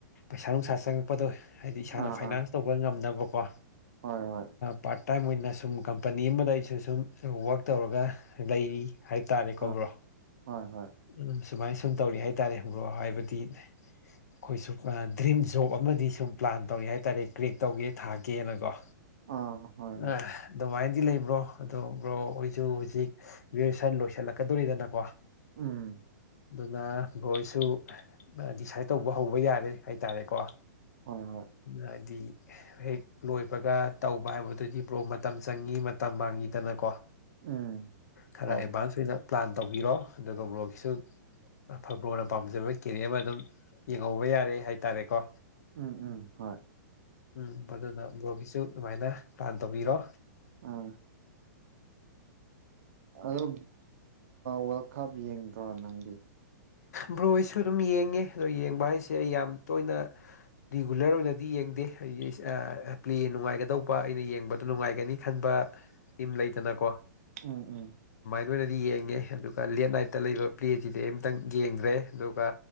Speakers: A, on the left; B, on the right.
A: ꯄꯩꯁꯥ ꯅꯨꯡꯁꯥ ꯆꯪꯉꯛꯄꯗꯣ ꯍꯥꯏꯗꯤ ꯏꯁꯥꯅ
B: ꯑꯥ
A: ꯐꯥꯏꯅꯥꯟꯁ
B: ꯑꯥ
A: ꯇꯧꯕ ꯉꯝꯅꯕꯀꯣ
B: ꯍꯣꯏ ꯍꯣꯏ
A: ꯄꯥꯔꯠ ꯑꯗꯨꯥꯏ ꯑꯣꯏꯅ ꯁꯨꯝ ꯀꯝꯄꯅꯤ ꯑꯃꯗ ꯑꯩꯁꯨ ꯁꯨꯝ ꯋꯛ ꯇꯧꯔꯒ ꯂꯩꯔꯤ ꯍꯥꯏꯇꯥꯔꯦ ꯀꯧꯕ꯭ꯔꯣ
B: ꯑꯥ ꯍꯣꯏ ꯍꯣꯏ
A: ꯎꯝ ꯁꯨꯃꯥꯏꯅ ꯁꯨꯝ ꯇꯧꯔꯤ ꯍꯥꯏꯇꯥꯔꯦ ꯍꯕ꯭ꯔꯣ ꯍꯥꯏꯕꯗꯤ ꯑꯩꯈꯣꯏꯁꯨ ꯗ꯭ꯔꯤꯝ ꯖꯣꯕ ꯑꯃꯗꯤ ꯁꯨꯝ ꯄ꯭ꯂꯥꯟ ꯇꯧꯏ ꯍꯥꯏꯇꯥꯔꯦ ꯀ꯭ꯔꯦꯛ ꯇꯧꯒꯦ ꯊꯥꯒꯦꯅꯀꯣ
B: ꯑꯥ ꯍꯣꯏ ꯍꯣꯏ
A: ꯑꯗꯨꯃꯥꯏꯅ ꯒꯤ ꯂꯩꯕ꯭ꯔꯣ ꯑꯣ ꯕ꯭ꯔꯣ ꯑꯩꯣꯏꯁꯨ ꯍꯧꯖꯤꯛ ꯒ꯭ꯔꯦꯖꯨꯦꯁꯟ ꯂꯣꯏꯁꯤꯜꯂꯛꯀꯗꯣꯔꯤꯗꯅꯀꯣ
B: ꯎꯝ
A: <unintelligible> ꯑꯗꯨꯅ ꯕꯣꯏꯁꯨ ꯗꯤꯁꯥꯏꯠ ꯇꯧꯕ ꯍꯧꯕ ꯌꯥꯔꯦ ꯍꯥꯏꯇꯥꯔꯦꯀꯣ
B: ꯍꯣꯏ ꯍꯣꯏ
A: ꯍꯥꯏꯗꯤ ꯍꯦꯛ ꯂꯣꯏꯕꯒ ꯇꯧꯕ ꯍꯥꯏꯕꯗꯨꯗꯤ ꯕ꯭ꯔꯣ ꯃꯇꯝ ꯆꯪꯉꯤ ꯃꯇꯝ ꯃꯥꯡꯉꯤꯗꯅꯀꯣ
B: ꯎꯝ
A: ꯈꯔ
B: ꯍꯣꯏ
A: ꯑꯦꯚꯥꯟꯁ ꯑꯣꯏꯅ ꯄ꯭ꯂꯥꯟ ꯇꯧꯕꯤꯔꯣ ꯑꯗꯨꯒ ꯃꯣꯔꯣꯛꯁꯨ ꯐꯨꯠꯕꯣꯜꯅ ꯄꯥꯝꯖꯕ ꯀꯦꯔꯤ ꯑꯃ ꯑꯗꯨꯝ ꯌꯦꯡꯍꯧꯕ ꯌꯥꯔꯦ ꯍꯥꯏꯇꯥꯔꯦꯀꯣ
B: ꯎꯝ ꯎꯝ ꯍꯣꯏ
A: ꯎꯝ ꯑꯗꯨꯅ ꯕꯣꯕꯤꯁꯨ ꯑꯗꯨꯃꯥꯏꯅ ꯄ꯭ꯂꯥꯟ ꯇꯧꯕꯤꯔꯣ
B: ꯑꯥ ꯑꯗꯣ ꯋꯥꯔꯜ ꯀꯞ ꯌꯦꯡꯗ꯭ꯔꯣ ꯅꯪꯗꯤ
A: ꯕ꯭ꯔꯣꯁꯨ ꯑꯗꯨꯝ ꯌꯦꯡꯉꯤ ꯑꯗꯣ ꯌꯦꯡꯕ ꯍꯥꯏꯁꯦ ꯑꯩ ꯌꯥꯝ ꯇꯣꯏꯅ ꯔꯤꯒꯨꯂꯔ ꯑꯣꯏꯅꯗꯤ ꯌꯦꯡꯗꯦ ꯑꯩ ꯄ꯭ꯂꯦ ꯅꯨꯡꯉꯥꯏꯒꯗꯧꯕ ꯑꯩꯅ ꯌꯦꯡꯕꯗ ꯅꯨꯡꯉꯥꯏꯒꯅꯤ ꯈꯟꯕ ꯇꯤꯝ ꯂꯩꯇꯅꯀꯣ
B: ꯎꯝ ꯎꯝ
A: ꯂꯣꯏꯅꯗꯤ ꯌꯦꯡꯉꯦ ꯑꯗꯨꯒ ꯂꯦꯠ ꯅꯥꯏꯠꯇ ꯂꯩꯕ ꯄ꯭ꯂꯦꯁꯤꯗꯤ ꯑꯝꯛꯇꯪ ꯌꯦꯡꯈ꯭ꯔꯦ ꯑꯗꯨꯒ